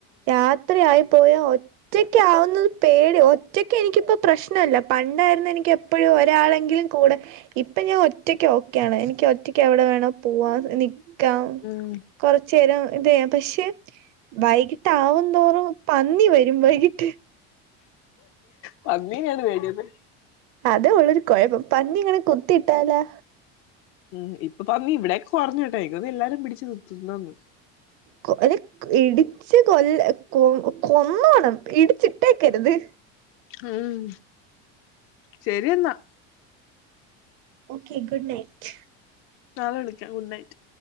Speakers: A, on the right; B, on the left.
A: രാത്രി ആയി പോയാ ഒറ്റക്കാവുന്നത് പേടിയാ ഒറ്റക്ക് എനിക്കിപ്പോ പ്രശ് നൊല്ല പണ്ടായിരുന്ന് എനിക്ക് എപ്പഴും ഒരാളെങ്കിലും കൂടെ ഇപ്പൊ ഞാൻ ഒറ്റയ്ക്ക് ഓക്ക ആണ്. എനിക്ക് ഒറ്റ ക്കെവിടെ വേണോ പുവ്വാ നി ക്കാം
B: ഉം
A: കൊറച്ചേരം ഇതെ പക്ഷെ വൈകി ട്ടാവും തോറും പന്നി വരും വൈകിട്ട്
B: പന്നീനേണ് പേടിയല്ലേ?
A: അതെ ഉള്ളൊരു കൊഴപ്പം പന്നി ഇങ്ങനെ കുത്തിയിട്ടാലാ
B: ഉം ഇപ്പൊ പന്നി ഇവിടെയൊക്കെ കൊറഞ്ഞു ട്ടോ എനിക്ക് തോന്ന്ന്ന്എല്ലാരും പിടിച്ചു തിന് തിന്നന്ന്
A: കൊല ഇടിച്ച് കൊല്ല കൊ കൊന്നോണം ഇടിച്ചിട്ടേക്കര്ത്.
B: ഹും ശരിയെന്നാ.
A: ഓക്കെ ഗുഡ് നൈറ്റ്
B: നാളെ വിളിക്കാം, ഗുഡ് നൈറ്റ്.